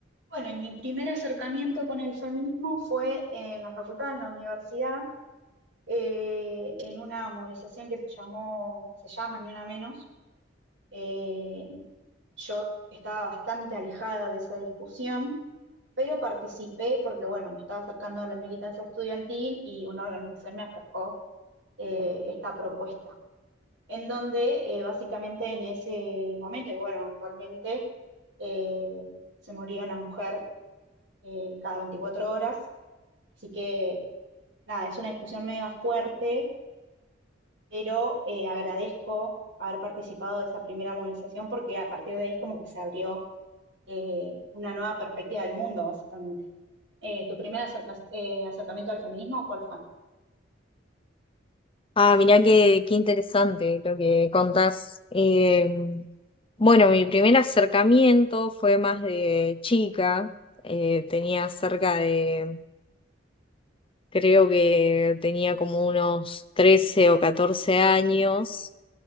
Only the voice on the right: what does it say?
Bueno, y mi primer acercamiento con el feminismo fue en la facultad, en la universidad, eh, en una movilización que se llamó, se llama Ni Una Menos. Eh, yo estaba bastante alejada de esa discusión, pero participé porque, bueno, me estaba acercando a la militancia estudiantil y una organización me acercó eh, esta propuesta, en donde eh, básicamente en ese momento, y bueno, actualmente eh, se moría una mujer eh, cada veinticuatro horas Así que nada, es una discusión medio fuerte, pero eh, agradezco haber participado de esa primera movilización porque a partir de ahí es como que se abrió eh, una nueva perspectiva del mundo, básicamente. Eh, ¿tu primer acerca- eh, acercamiento al feminismo, cuál fue?